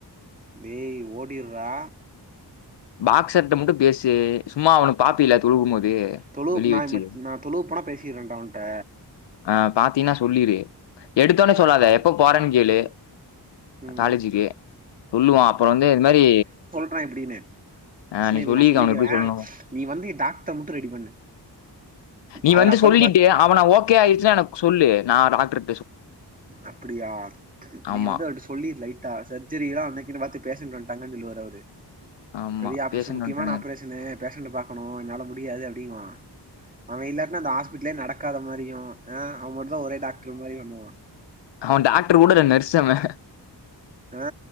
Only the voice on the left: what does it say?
பாக்ஸர்ட்ட மட்டு பேசு சும்மா அவன பாப்பில தொழுகும் போது
வெளிய
வச்சி
ஆ பாத்தீனா சொல்லிரு எடுத்தோனே சொல்லாத எப் எப்போ போறன்னு கேளு
காலேஜிக்கு சொல்லுவா அப்ற வந்து இந்த மாரி
ஆ
நீ சொல்லிருக்க
அவன எப்படி சொல்லணும்னு.
நீ
வந்து
சொல்லிட்டு
அவன ஓகே ஆயிடுச்சுனா எனக்கு சொல்லு நா டாக்டர்
ஆமா,
ஆமா.
பேஷண்ட்
வந்துட்டாங்க.
அவ டாக்டர் கூட இல்ல நர்ஸ் அவ